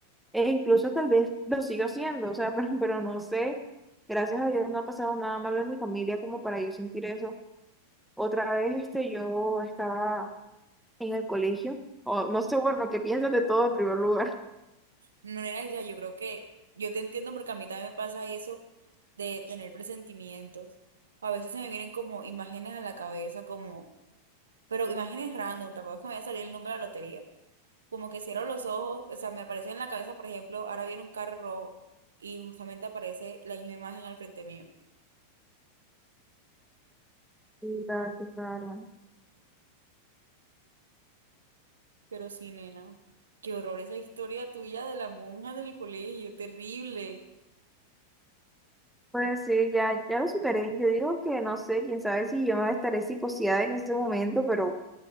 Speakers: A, in the centre; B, on the right (about 70°).
A: E incluso tal vez lo sigo siendo, o sea, <laughs> pero, pero no sé. Gracias a Dios no ha pasado nada malo en mi familia como para yo sentir eso. Otra vez, este, yo estaba en el colegio, o no sé, bueno, ¿qué piensas de todo en primer lugar?
B: No era ya, yo creo que yo te entiendo porque a mí también me pasa eso de tener presentimientos. A veces se me vienen como imágenes a la cabeza, como, pero imágenes random, tampoco es que me vaya a salir el número de la lotería. Como que cierro los ojos, o sea, me aparece en la cabeza, por ejemplo, ahora viene un carro rojo y justamente aparece la misma imagen al frente mío.
A: <laughs> Mira, qué caro.
B: Pero sí, nena, qué horror esa historia tuya de la monja del colegio, terrible.
A: Pues sí, ya, ya lo superé. Yo digo que no sé, quién sabe si yo estaré psicoseada en ese momento, pero